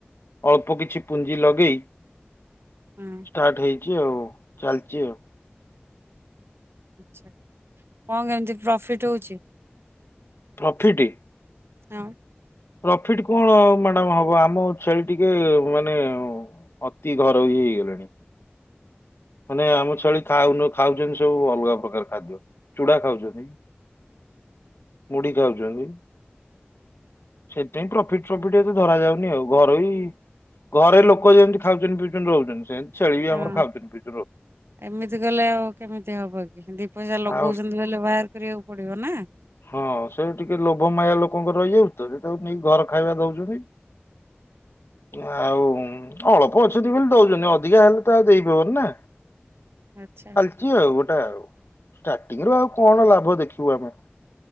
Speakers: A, on the left; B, on the right.
A: ଅଳ୍ପ କିଛି ପୁଞ୍ଜି ଲଗେଇ
B: ହୁଁ।
A: ଷ୍ଟାର୍ଟ ହେଇଛି ଆଉ ଚାଲିଛି ଆଉ।
B: ଆଛା କଣ କେମିତି ପ୍ରଫିଟ ହଉଛି?
A: ପ୍ରଫିଟ୍?
B: ହଁ।
A: ପ୍ରଫିଟ କଣ ମ୍ୟାଡ଼ାମ ହବ ଆମ ଛେଳି ଟିକେ ମାନେ ଅତି ଘରୋଇ ହେଇଗଲେଣି। ମାନେ ଆମ ଛେଳି ଖାଉନ ଖାଉଛନ୍ତି ସବୁ ଅଲଗା ପ୍ରକାର ଖାଦ୍ୟ। ଚୁଡ଼ା ଖାଉଛନ୍ତି ମୁଢି ଖାଉଛନ୍ତି। ସେଥିପାଇଁ ପ୍ରଫିଟ ସଫିଟ ଏତେ ଧରା ଯାଉନି ଆଉ ଘରୋଇ ଘରେ ଲୋକ ଯେମିତି ଖାଉଛନ୍ତି ପିଉଛନ୍ତି ରହୁଛନ୍ତି ସେନ୍ତି ଛେଳି ବି
B: ହଁ
A: ଆମର ଖାଉଛନ୍ତିି।
B: ଏମିତି ଗଲେ ଆଉ କେମିତି ହବ କି ଦି ପଇସା ଲଗଉଛନ୍ତି
A: ଆଉ
B: ବୋଲି ବାହାର କରିବାକୁ ପଡିବ ନା।
A: ହଁ ସେ ଟିକେ ଲୋଭମାୟା ଲୋକଙ୍କର ରହିଯାଉ ତ ଯେ ତାକୁ ନେଇକି ଘର ଖାଇବା ଦଉଛନ୍ତି। ଆଉ ଅଳ୍ପ ଅଛନ୍ତି ବୋଲି ଦଉଛନ୍ତି ଅଧିକା ହେଲେ ତ ଆଉ ଦେଇହେବନ ନା।
B: ଆଚ୍ଛା।
A: ଚାଲିଛି ଆଉ ଗୋଟେ ଆଉ ଷ୍ଟାର୍ଟିଂ ରୁ ଆଉ କଣ ଲାଭ ଦେଖିବୁ ଆମେ।